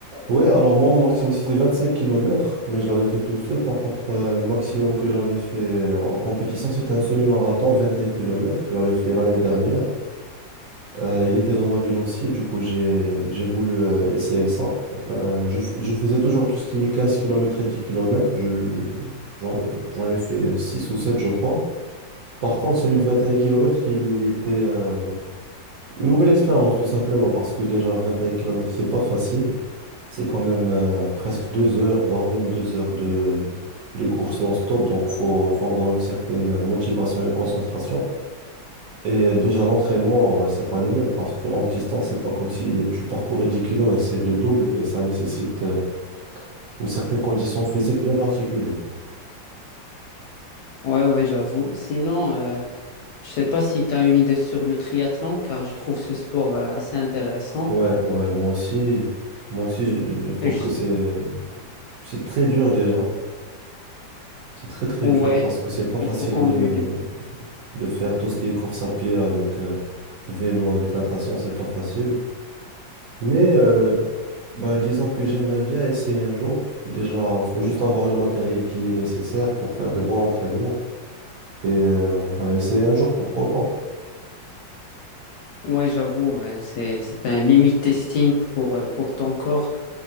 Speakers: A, on the right; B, on the left.
A: Ouais, alors moi, mon maximum, c'était 25 kilomètres mais je l'avais fait tout seul. Par contre, euh, maximum que j'avais fait euh, en compétition, c'était un semi-marathon, 21 kilomètres Je l'avais fait l'année dernière. Euh, il était dans ma ville aussi, du coup, j'ai, j'ai voulu euh, essayer ça. Enfin, je, f- je faisais toujours tout ce qui est 15 kilomètres et 10 kilomètres Je, l- j'en, j'en ai fait 6 ou 7 je crois. Par contre, celui de 21 kilomètres il était... euh, Une nouvelle expérience, tout simplement, parce que déjà 21 kilomètres c'est pas facile. C'est quand même euh, presque deux heures, voire même deux heures de, de course non-stop. Donc, faut, faut avoir une certaine euh, motivation et une concentration. Et euh, déjà, l'entraînement, euh, c'est pas le même, parce que longue distance, c'est pas comme si euh, tu parcourais dix kilomètres c'est le double et ça nécessite euh, une certaine condition physique bien particulière.
B: Ouais, ouais, j'avoue. Sinon, euh, je ne sais pas si tu as une idée sur le triathlon, car je trouve ce sport euh, assez intéressant.
A: Ouais, ouais, moi aussi, moi aussi, je, je trouve
B: Et je-
A: que c'est, c'est très dur déjà. C'est très, très
B: Ouais,
A: dur parce que c'est pas facile
B: il faut combiner.
A: de de faire tout ce qui est course à pied avec euh, vélo, avec natation, c'est pas facile. Mais euh, bah, disons que j'aimerais bien essayer un jour. Déjà, faut juste avoir le matériel qui est nécessaire pour faire de bons entraînements. Et euh, bah, essayer un jour, pourquoi pas.
B: Ouais, j'avoue, euh, c'est, c'est un limit testing pour, euh, pour ton corps.